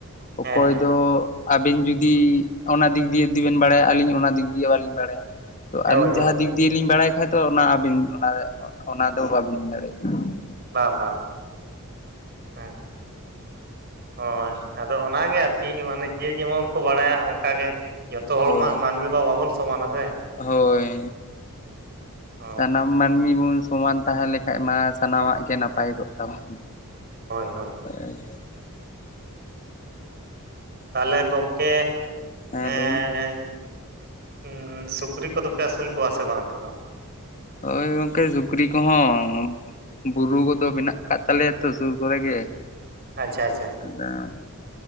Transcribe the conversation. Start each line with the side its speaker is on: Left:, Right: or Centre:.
Left: ᱚᱠᱚᱭ
Right: ᱦᱮᱸ ᱦᱮᱸ
Left: ᱫᱚ ᱟᱵᱮᱱ ᱡᱩᱫᱤ ᱚᱱᱟ ᱫᱤᱠ ᱫᱤᱭᱮ ᱡᱩᱫᱤ ᱵᱤᱱ ᱵᱟᱲᱟᱭᱟ ᱟᱹᱞᱤᱧ ᱚᱱᱟ ᱫᱤᱠ ᱫᱤᱭᱮ ᱵᱟᱟᱹᱞᱤᱧ ᱵᱟᱲᱟᱭᱟ ᱾ ᱛᱚ ᱟᱞᱤᱧ
Right: ᱦᱳᱭ ᱦᱳᱭ
Left: ᱡᱟᱦᱟᱸ
Right: ᱦᱳᱭ
Left: ᱫᱤᱠ ᱫᱤᱭᱮ ᱞᱤᱧ ᱵᱟᱲᱟᱭ ᱵᱟᱠᱷᱟᱡ ᱫᱚ ᱚᱱᱟ ᱟᱹᱵᱤᱱ ᱚᱱᱟ ᱨᱮ ᱚᱱᱟ ᱫᱚ ᱵᱟᱹᱵᱤᱱ ᱫᱟᱲᱮᱭᱟᱜᱼᱟ ᱾
Right: ᱵᱟᱝ ᱵᱟᱝ ᱦᱮᱸ ᱦᱳᱭ ᱟᱫᱚ ᱚᱱᱟᱜᱮ ᱟᱨᱠᱤ ᱢᱟᱱᱮ ᱡᱮ ᱡᱮᱢᱚᱱ ᱠᱚ ᱵᱟᱲᱟᱭᱟ ᱚᱱᱠᱟᱜ ᱜᱮ ᱾ ᱡᱷᱚᱛᱚ ᱦᱚᱲ
Left: ᱦᱳᱭ
Right: ᱢᱟ ᱢᱟᱹᱱᱢᱤ ᱢᱟ ᱵᱟᱵᱚᱱ ᱥᱚᱢᱟᱱᱟ ᱥᱮ
Left: ᱦᱳᱭ
Right: ᱦᱳᱭ
Left: ᱥᱟᱱᱟᱢ ᱢᱟᱹᱱᱢᱤ ᱵᱚᱱ ᱥᱚᱢᱟᱱ ᱛᱟᱦᱮᱸ ᱞᱮᱠᱷᱟᱡ ᱢᱟ ᱥᱟᱱᱟᱢᱟᱜ ᱜᱮ ᱱᱟᱯᱟᱭ ᱠᱚᱜ ᱛᱟᱵᱚᱱ
Right: ᱦᱚᱭ
Left: <unintelligible>
Right: ᱛᱟᱞᱦᱮ ᱜᱚᱝᱠᱮ
Left: ᱦᱮᱸ
Right: ᱮᱸᱻ
Left: ᱞᱟᱹᱭ ᱵᱤᱱ
Right: ᱩᱸᱻ ᱥᱩᱠᱨᱤ ᱠᱚᱫᱚ ᱯᱮ ᱟᱹᱥᱩᱞ ᱠᱚᱣᱟ ᱥᱮ ᱵᱟᱝ ᱚᱱᱛᱮ ᱫᱚ
Left: ᱦᱳᱭ ᱜᱚᱝᱠᱮ ᱥᱩᱠᱨᱤ ᱠᱚᱦᱚᱸ ᱵᱩᱨᱩ ᱠᱚᱫᱚ ᱢᱮᱱᱟᱜ ᱠᱟᱜ ᱛᱟᱞᱮᱭᱟ ᱛᱚ ᱥᱩᱨ ᱠᱚᱨᱮ ᱜᱮ
Right: ᱟᱪᱪᱷᱟ ᱟᱪᱪᱷᱟ
Left: ᱟᱫᱚ